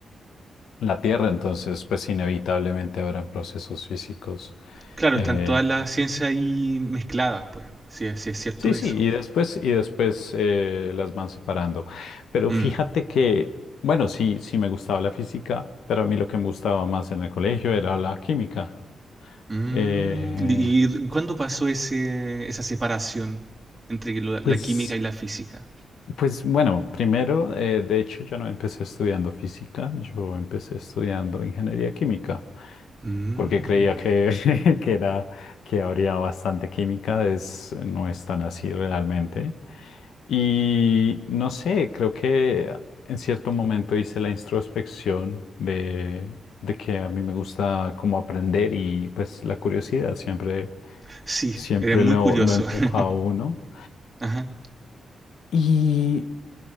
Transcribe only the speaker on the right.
claro,
están todas las ciencias ahí mezcladas, pues, si, es si es cierto
eso.
Mm,
mm.
¿Y, y cuándo pasó ese, esa separación entre lo- la
química y la física?
Mm,
sí,
eres muy
curioso.
<laughs>
Ajá.